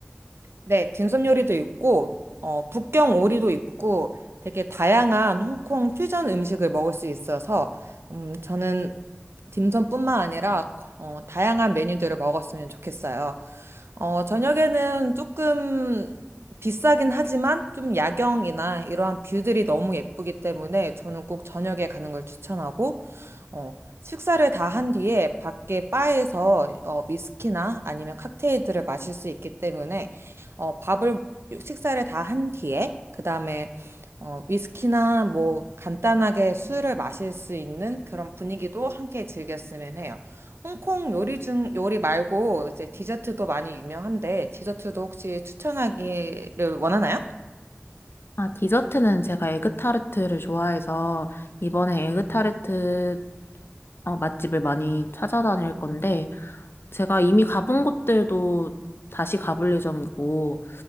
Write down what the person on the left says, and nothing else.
아, 디저트는 제가 에그타르트를 좋아해서 이번에 에그타르트 어, 맛집을 많이 찾아다닐 건데 제가 이미 가본 곳들도 다시 가볼 예정이고,